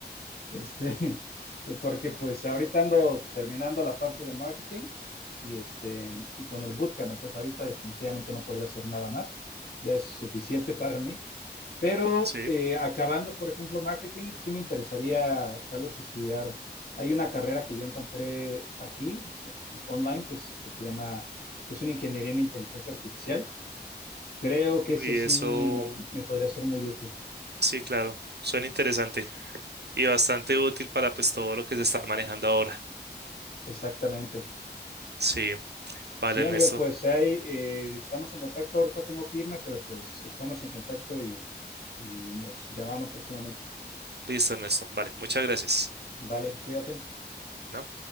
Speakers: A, on the left; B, on the right.
A: este, <laughs> eh, porque pues ahorita ando terminando la parte de marketing y, este, y con el bootcamp, entonces ahorita definitivamente no podré hacer nada más, ya es suficiente para mí. Pero
B: Sí.
A: eh, acabando, por ejemplo, marketing, sí me interesaría tal vez estudiar. Hay una carrera que yo encontré aquí, eh, eh, online, que, es- que se llama, que es una ingeniería en inteligencia artificial. Creo que ese
B: Y
A: sí
B: eso,
A: me, me podría ser muy útil.
B: sí, claro, suena interesante y bastante útil para pues todo lo que se está manejando ahora.
A: Exactamente.
B: Sí, vale,
A: Sí,
B: Ernesto.
A: amigo, pues ahí eh, estamos en contacto. Ahorita tengo que irme, pero pues estamos en contacto y, y nos llamamos próximamente.
B: Listo, Ernesto. Vale, muchas gracias.
A: Vale, cuídate.
B: ¿no?